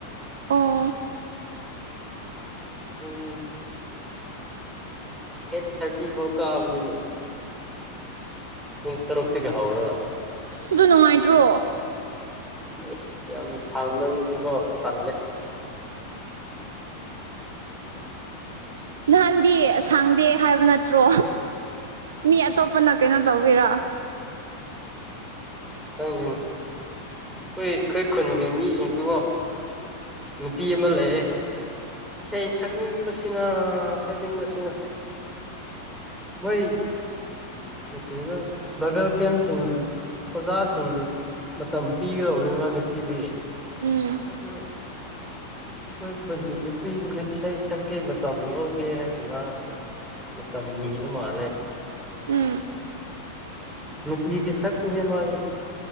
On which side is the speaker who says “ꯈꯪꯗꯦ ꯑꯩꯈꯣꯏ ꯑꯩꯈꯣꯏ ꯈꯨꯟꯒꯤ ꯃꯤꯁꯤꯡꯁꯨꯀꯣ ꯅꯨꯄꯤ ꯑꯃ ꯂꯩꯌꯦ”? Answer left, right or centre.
Centre